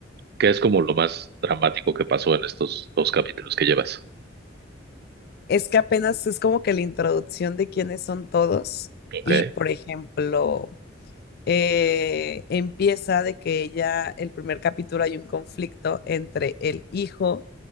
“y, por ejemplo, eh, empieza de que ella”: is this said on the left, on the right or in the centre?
Left